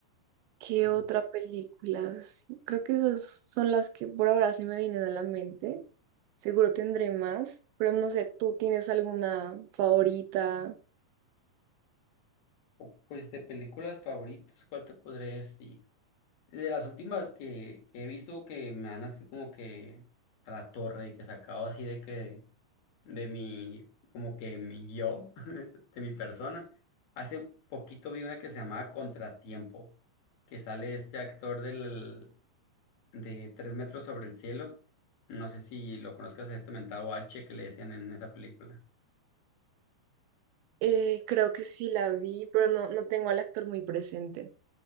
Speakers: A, on the right (about 85°); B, on the left (about 60°).
A: ¿Qué
B: Sí.
A: otra película? Sí, creo que esas son las que por ahora se me vienen a la mente. Seguro tendré más, pero no sé, ¿tú tienes alguna favorita?
B: O, Pues de películas favoritas, ¿cuál te podré decir? De las últimas que, que he visto que me han así como que a la torre, que sacado así de que de mi, como que mi yo, <laughs> de mi persona. Hace poquito vi una que se llamaba Contratiempo, que sale este actor del, de Tres metros sobre el cielo. No sé si lo conozcas a este mentado H que le decían en esa película.
A: Eh, creo que sí la vi, pero no, no tengo al actor muy presente.